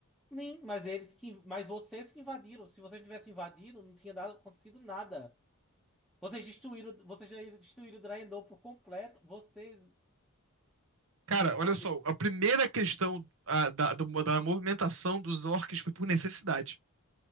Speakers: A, in the centre; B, on the right.
A: Nem, mas eles que, mas vocês que invadiram. Se vocês tivessem invadido, não tinha dado, acontecido nada. Vocês destruíram, vocês já destruíram Draenor por completo. Vocês,
B: Cara, olha
A: olha,
B: só, a primeira questão ah, da, do- da movimentação dos orcs foi por necessidade.